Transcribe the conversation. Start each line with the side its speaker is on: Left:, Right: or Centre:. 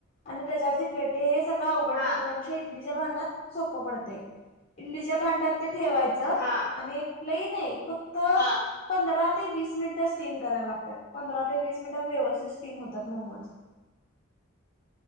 Left: आणि त्याच्यावरती प्लेट ते सगळं अवघड
Right: हा
Left: पडतं त्यापेक्ष् इडलीच्या भांड्यात सोपं पडतंय इडलीच्या भांड्यात ते ठेवायचं
Right: हा.
Left: आणि एक लई नई फक्त
Right: हा
Left: पंधरा ते वीस मिनटं स्टीम कराय लागत्यात पंधरा ते वीस मिनिटात व्यवस्थित स्टीम होतात मोमोज.